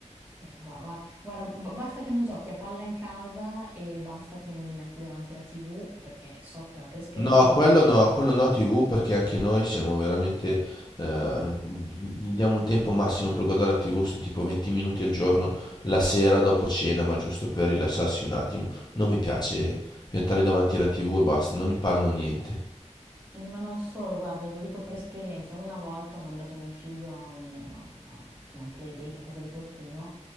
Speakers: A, on the right; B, on the left.
A: Eh, guarda, guarda, b- basta che non giochi a palla in casa e basta che non li metti davanti alla TV, perché so, eh, per esperienza
B: No,
A: so
B: quello
A: che,
B: no, quello no TV perché anche noi siamo veramente, eh, gli diamo un tempo massimo per guardare la TV, sono tipo 20 minuti al giorno, la sera dopo cena, ma giusto per rilassarsi un attimo. Non mi piace piantarli davanti alla TV e basta, non imparano niente.
A: eh, ma non solo, guarda, te lo dico per esperienza, una volta ho mandato mio figlio a un, a- a- insomma, un playdate a casa di qualcuno